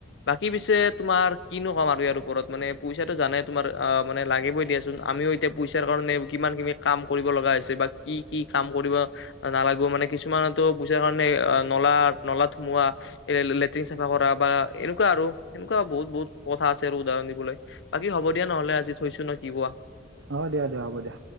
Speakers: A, on the left; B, on the right.
A: বাকী পিছে তোমাৰ কিনো কম আৰু ইয়াৰ ওপৰত মানে পইচাটো জানে তোমাৰ অ, মানে লাগিবই দিয়াচোন আমিও এ এতিয়া পইচাৰ কাৰণে কিমানখিনি কাম কৰিব লগা হৈছে, বা কি কি কাম কৰিব নালাগো, মানে কিছুমানেতো পইচাৰ কাৰণে ন'লা-ন'লাত সোমোৱা এ, লেটিন চাফা কৰা বা এনেকুৱা আৰু এনেকুৱা বহুত বহুত কথা আছে আৰু উদাহৰণ দিবলৈ। বাকী হ'ব দিয়া নহ'লে আজি থৈছো ন, কি কোৱা।
B: অ, দিয়া-দিয়া হ'ব দিয়া।